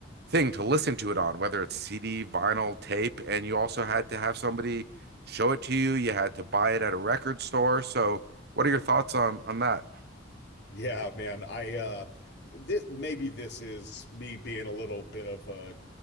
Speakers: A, on the right; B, on the left.
A: thing to listen to it on, whether it's CD, vinyl, tape, and you also had to have somebody show it to you. You had to buy it at a record store. So, what are your thoughts on on that?
B: Yeah, man. I uh this maybe this is me being a little bit of a